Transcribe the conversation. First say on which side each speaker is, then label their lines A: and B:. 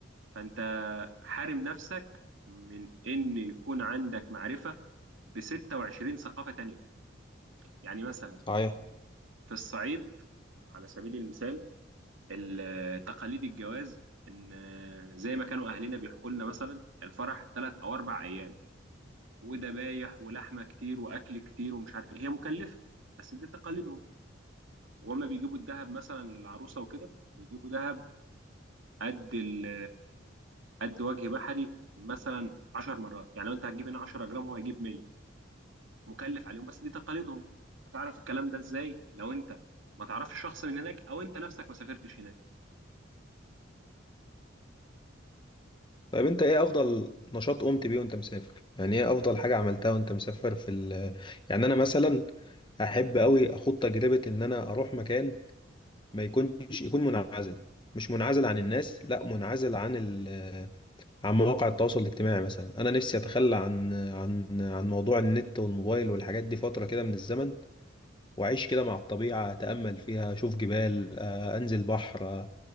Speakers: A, on the right; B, on the left.
A: فأنت حارم نفسك من إن يكون عندك معرفة ب 26 ثقافة تانية يعني مثلا
B: صحيح
A: في الصعيد على سبيل المثال ال- تقاليد الجواز ان زي ما كانوا اهلنا بيحكوا لنا مثلا الفرح ثلاث او اربع ايام وذبايح ولحمه كتير واكل كتير ومش عارف ايه هي مكلفه بس دي تقاليدهم وهما بيجيبوا الذهب مثلا للعروسه وكده بيجيبوا ذهب قد ال قد وجه بحري مثلا 10 مرات يعني لو انت هتجيب هنا 10 جرام هو هيجيب 100 مكلف عليهم بس دي تقاليدهم هتعرف الكلام ده ازاي لو انت ما تعرفش شخص من هناك او انت نفسك ما سافرتش هناك
B: طيب أنت إيه أفضل نشاط قمت بيه وأنت مسافر؟ يعني إيه أفضل حاجة عملتها وأنت مسافر في ال يعني أنا مثلا أحب أوي أخوض تجربة إن أنا أروح مكان ما يكونش يكون منعزل مش منعزل عن الناس لا منعزل عن ال عن مواقع التواصل الاجتماعي مثلا انا نفسي اتخلى عن عن عن موضوع النت والموبايل والحاجات دي فتره كده من الزمن واعيش كده مع الطبيعه اتامل فيها اشوف جبال آه، انزل بحر آه.